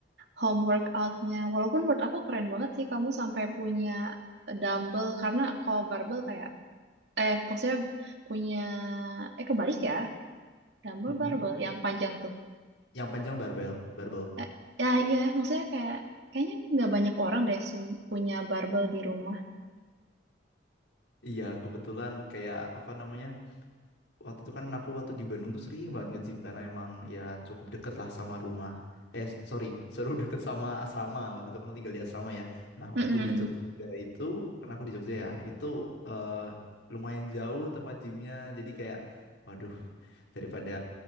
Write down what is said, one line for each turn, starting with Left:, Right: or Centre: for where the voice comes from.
Right: home workoutnya. Walaupun menurut aku keren banget sih kamu sampai punya dumbbell karena kalau barbell kayak eh maksudnya punya eh kebalik ya dumbbell
Left: Mm-mm.
Right: barbell yang panjang tuh.
Left: Yang panjang barbel, barbel.
Right: Eh, ya iya maksudnya kayak kayaknya nggak banyak orang deh sum- punya barbell di rumah.
Left: Iya, kebetulan kayak apa namanya? Waktu itu kan aku waktu di Bandung tuh sering banget nge-gym karena emang ya cukup deket lah sama rumah. Eh, sorry, <laughs> seru deket sama asrama. Waktu itu kan aku tinggal di asrama ya. Nah,
Right: Mm-mm,
Left: waktu di Jogja itu, karena aku di Jogja ya, itu eh, lumayan jauh tempat gymnya. Jadi kayak, waduh, daripada